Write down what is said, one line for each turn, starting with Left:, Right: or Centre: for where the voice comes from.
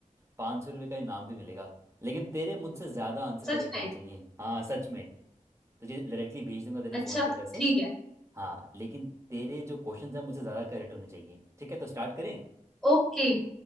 Right: पाँच सौ रुपये का इनाम भी मिलेगा लेकिन तेरे मुझसे ज़्यादा आंसर
Centre: सच
Right: करेक्ट होने
Centre: में
Right: चाहिए हाँ सच में तुझे डायरेक्टली भेज दूंगा तेरे
Centre: अच्छा
Right: फ़ोन पे पैसे
Centre: ठीक है
Right: हाँ लेकिन तेरे जो क्वेश्चन हैं मुझसे ज़्यादा करेक्ट होने चाहिए ठीक है तो स्टार्ट करें
Centre: ओके